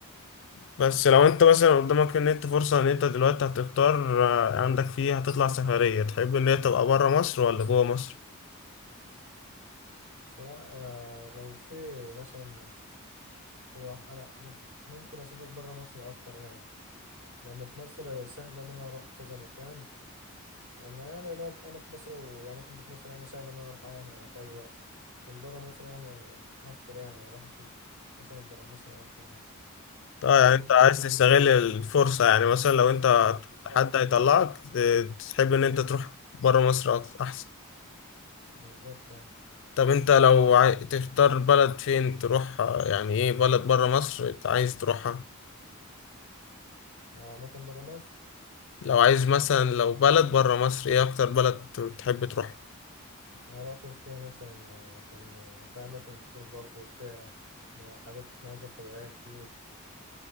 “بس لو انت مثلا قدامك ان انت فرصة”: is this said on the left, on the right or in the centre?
Left